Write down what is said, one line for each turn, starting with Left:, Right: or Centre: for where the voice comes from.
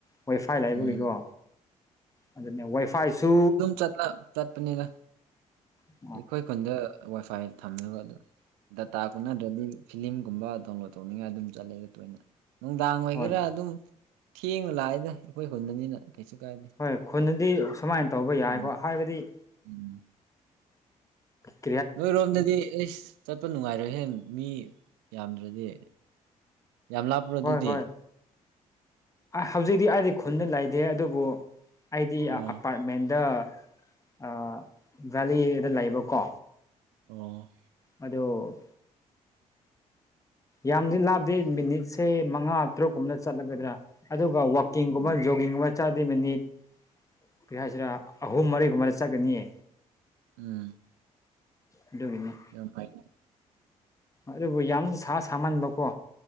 Left: ꯋꯥꯏꯐꯥꯏ ꯂꯥꯛꯕꯒꯤꯀꯣ
Right: ꯎꯝ
Left: ꯑꯗꯨꯅꯦ ꯋꯥꯏꯐꯥꯏꯁꯨ
Right: ꯆꯠ ꯆꯠꯄꯅꯤꯅ
Left: ꯍ
Right: ꯑꯩꯈꯣꯏ ꯈꯨꯟꯗ ꯋꯥꯏꯐꯥꯏ ꯊꯝꯃꯦꯕ ꯑꯗꯨꯗ ꯗꯗꯥꯇꯥꯒꯨꯝꯅꯗ꯭ꯔꯗꯤ ꯐꯤꯂꯝꯒꯨꯝꯕ ꯗꯥꯎꯟꯂꯣꯗ ꯇꯧꯅꯤꯡꯉꯥꯏ ꯑꯗꯨꯝ ꯆꯠꯂꯦꯗ ꯇꯅ ꯅꯨꯡꯗꯥꯡ ꯑꯣꯏꯒꯦꯔꯥ
Left: ꯍꯣꯏ
Right: ꯑꯗꯨꯝ ꯊꯦꯡꯅ ꯂꯥꯛꯏꯗ ꯑꯩꯈꯣꯏ ꯍꯨꯟꯗꯅꯤꯅ ꯀꯩꯁꯨ ꯀꯥꯏꯗꯦ
Left: ꯍꯣꯏ ꯈꯨꯟꯗꯗꯤ ꯁꯨꯃꯥꯏꯅ ꯇꯧꯕ ꯌꯥꯏꯀꯣ
Right: ꯎꯝ
Left: ꯍꯥꯏꯕꯗꯤ
Right: ꯎꯝ
Left: ꯑꯣ
Right: ꯅꯣꯏꯔꯣꯝꯗꯗꯤ ꯑꯦꯁ ꯆꯠꯄ ꯅꯨꯡꯉꯥꯏꯔꯣꯏꯍꯦ ꯃꯤ ꯌꯥꯝꯗ꯭ꯔꯗꯤ ꯌꯥꯝ ꯂꯥꯞꯄ꯭ꯔꯣ ꯑꯗꯨꯗꯤ
Left: ꯍꯣꯏ ꯍꯣꯏ ꯍꯧꯖꯤꯛꯇꯤ ꯑꯩꯗꯤ ꯈꯨꯟꯗ ꯂꯩꯇꯦ ꯑꯗꯨꯕꯨ ꯑꯩꯗꯤ
Right: ꯑꯣ
Left: ꯑꯄꯥꯔꯠꯃꯦꯟꯗ ꯑ ꯚꯦꯂꯤꯗ ꯂꯩꯌꯦꯕꯀꯣ
Right: ꯑꯣ
Left: ꯑꯗꯣ ꯌꯥꯝꯗꯤ ꯂꯥꯞꯇꯦ ꯃꯤꯅꯤꯠꯁꯦ ꯃꯉꯥ ꯇꯔꯨꯛꯀꯨꯝꯅ ꯆꯠꯂꯒꯗ꯭ꯔꯥ ꯑꯗꯨꯒ ꯋꯥꯋꯥꯛꯀꯤꯡꯒꯨꯝꯕ
Right: ꯎꯝ
Left: ꯖꯣꯒꯤꯡꯒꯨꯝꯕ ꯆꯠꯗꯣꯏ ꯃꯤꯅꯤꯠ ꯀꯩ ꯍꯥꯏꯁꯤꯔ ꯑꯍꯨꯝ ꯃꯔꯤꯒꯨꯝꯕꯗ ꯆꯠꯒꯅꯤꯌꯦ
Right: ꯎꯝ
Left: ꯒꯅꯤ
Right: ꯐꯥꯏ
Left: ꯑꯗꯨꯕꯨ ꯌꯥꯝ ꯁꯥ ꯁꯥꯃꯟꯕꯀꯣ